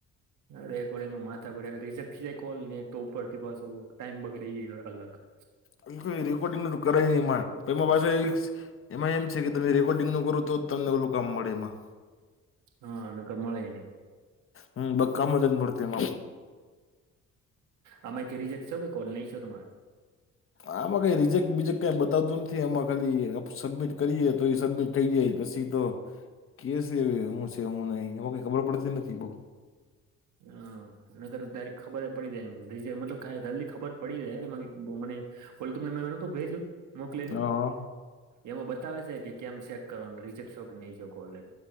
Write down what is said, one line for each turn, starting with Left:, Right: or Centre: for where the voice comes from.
Right: રેકોર્ડિંગમાં માથા ખુટ અને રિજેક્ટ થઈ જાય કોલ ને તો ઉપર થી પાછું ટાઈમ બગડે ઈ અલગ. <inaudible>
Left: અ એ રેકોર્ડિંગ કરાય નહીં એમાં એમાં પાસે એક એમાં એમ છે કે તમે રેકોર્ડિંગ નું કરો તો તમને ઓલું કામ મળે એમાં
Right: હા ન ક મળ નય
Left: હમ બક્કાામ <unintelligible>
Right: આમે ક રિઝેક્ટ છો કે કોલ નહીં છો તમારો
Left: આમાં કંઈ રિજેક્ટ બિજેક્ટ કંઈ બતાવતું નથી આમાં ખાલી સબમિટ કરીએ તો એ સબમિટ થઈ જાય પછી તો કે છે હું છે હું નહી એમાં કઈ ખબર પડતી નથી બઉુ
Right: હા અનેર તારી ખબર જ પડી જાય એમ મતલબ ક જલ્દી ખબર પડી જાયને મને <unintelligible> ઓલી તમને મેંનો તો ભેજ- મોકલેલું
Left: હા
Right: એમાં બતાવે છે કે કેમ ચેક કરવાનું રિજેકશો કે નહી જો ઓમ